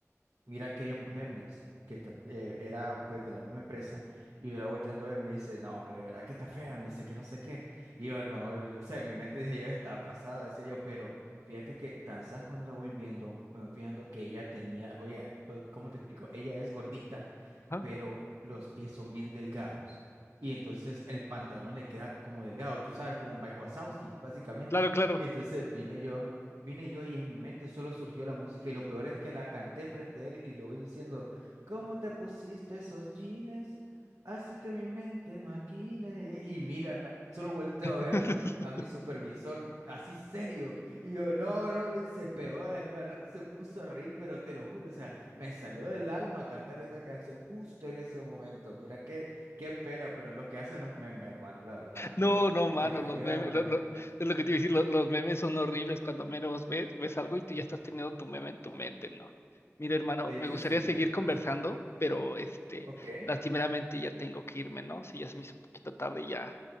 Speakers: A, on the right; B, on the left.
A: Mira aquella mujer, me dice, que está, eh, era pues de la misma empresa, y yo la volteando a ver, me dice, no, hombre, ¿verdad que está fea? Me dice que no sé qué. Y yo, no, yo sé, en mi mente dije, yo está pasada, decía yo, pero fíjate que tan sabes cuando la voy viendo, me voy fijando que ella tenía, oye, eh, ¿cómo te explico? Ella es gordita,
B: ajá.
A: pero los pies son bien delgados. Y entonces el pantalón le queda como delgado, tú sabes, como Mike Wazowski, básicamente.
B: Claro, claro.
A: <laughs> Entonces vine yo, vine yo y en mi mente solo surgió la música y lo peor es que la canté frente a él y le voy diciendo, ¿cómo te pusiste esos jeans? Hace que mi mente maquine. Y mira, solo volteo
B: <laughs>
A: a ver a mi supervisor así serio. Y yo, no, no, le se pegó. Después al rato se puso a reír, pero te lo juro, o sea, me salió del alma cantar esa canción justo en ese momento. Mira, qué, qué pena, pero es lo que hacen los memes, hermano, la verdad,
B: No,
A: lo
B: no, mano,
A: te friegan
B: los memes,
A: la mente.
B: lo- lo- es lo que te iba a decir, lo- los memes son horribles cuando menos ves, ves algo y tú ya estás teniendo tu meme en tu mente, ¿no? Mira, hermano,
A: De
B: me
A: hecho,
B: gustaría
A: sí.
B: seguir conversando, pero este,
A: Ok,
B: lastimeramente ya tengo que irme, ¿no? Si ya se me hizo un poquito tarde, y ya